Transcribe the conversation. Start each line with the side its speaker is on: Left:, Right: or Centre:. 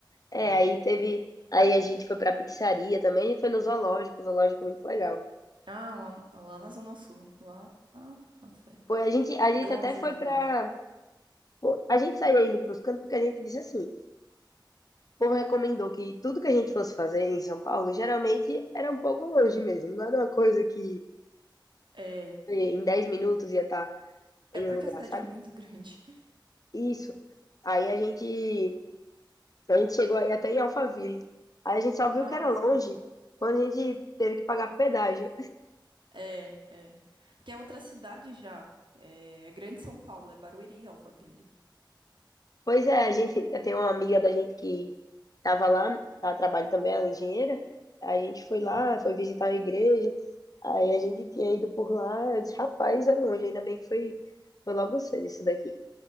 Left: É,
Right: É.
Left: aí teve. Aí a gente foi pra pizzaria também, a gente foi no zoológico, o zoológico é muito legal.
Right: Ah, lá, lá na Zona Sul. Lá. Ah, nossa.
Left: Foi, a gente, a gente
Right: É longe
Left: até foi
Right: o zoológico.
Left: pra Pô, A gente saía indo para os cantos porque a gente disse assim, o povo recomendou que tudo que a gente fosse fazer em São Paulo, geralmente era um pouco longe mesmo, não era uma coisa que
Right: É.
Left: eh, em 10 minutos ia estar em
Right: É porque
Left: um lugar,
Right: a cidade
Left: sabe?
Right: é muito grande.
Left: Isso. Aí a gente, a gente chegou aí até em Alphaville. Aí a gente só viu
Right: Ah,
Left: que era longe
Right: sei.
Left: quando a gente teve que pagar pedágio.
Right: É, é. Porque é outra cidade já. É Grande São Paulo, é Barueri, Alphaville.
Left: Pois é, a gente, eu tenho uma amiga da gente que estava lá, ela trabalha também, ela é engenheira. A gente foi lá,
Right: Uhum.
Left: foi visitar a igreja. Aí a gente tinha ido por lá. Eu disse, rapaz, é longe, ainda bem que foi, foi logo cedo isso daqui.